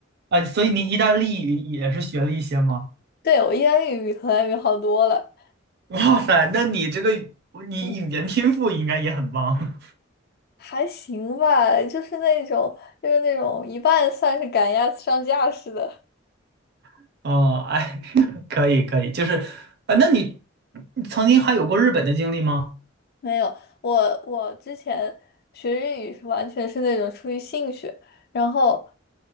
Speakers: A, on the right; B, on the left.
A: 啊，所以你意大利语也是学了一些吗？
B: 对，我意大利语比荷兰语好多了。
A: <laughs> 哇塞，那你这个语你语言天赋应该也很棒。
B: 嗯，还行吧，就是那种，就是那种一半算是赶鸭子上架似的。
A: <laughs> 哦，哎，<laughs> 可以可以，就是啊，那你曾经还有过日本的经历吗？
B: 没有，我我之前学日语是完全是那种出于兴趣，然后，